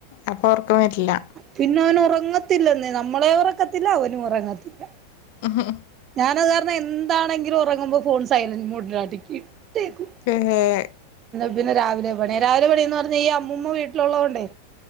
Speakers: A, on the left (about 50°); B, on the right (about 30°).
A: അപ്പൊ ഉറക്കം വരില്ല
B: പിന്നെ അവൻ ഉറങ്ങത്തില്ലെന്നേ നമ്മളെയും ഉറക്കത്തില്ല അവനും ഉറങ്ങത്തില്ല
A: മ്മ് ഹ്
B: ഞാനത് കാരണം എന്താണെങ്കിലും ഉറങ്ങുമ്പോ ഫോൺ സൈലന്റ് മോഡിലേക്ക് ഇട്ടേക്കും
A: കെ ഏഹ്
B: പിന്നെ രാവിലെ പണിയാ രാവിലെ പണി എന്ന് പറഞ്ഞാ ഈ അമ്മൂമ്മ വീട്ടിലുള്ളതു കൊണ്ടേ